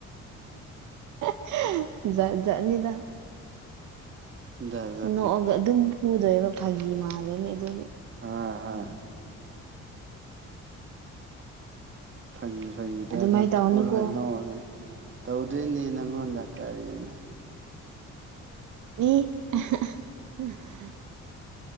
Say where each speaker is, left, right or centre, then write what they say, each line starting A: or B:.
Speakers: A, on the right; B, on the right.
A: <unintelligible> ꯖꯥꯠ ꯖꯥꯠꯅꯤꯗ꯫
B: <unintelligible>
A: ꯅꯣꯛꯑꯒ ꯑꯗꯨꯝ ꯐꯨꯗꯣꯏꯕ ꯐꯥꯒꯤ ꯃꯥꯜꯂꯅꯤ ꯑꯗꯨꯗꯤ
B: ꯍꯥꯥ ꯍꯥ꯫ ꯐꯥꯒꯤ ꯐꯥꯒꯤꯗ
A: ꯑꯗꯨꯃꯥꯏꯅ
B: ꯑꯗꯨꯝ
A: ꯇꯧꯅꯨꯀꯣ
B: ꯐꯨꯔꯒ ꯅꯣꯛꯔꯒ ꯇꯧꯗꯣꯏꯅꯦ ꯅꯪꯉꯣꯟꯗ ꯀꯔꯤꯅꯣ꯫
A: <unintelligible>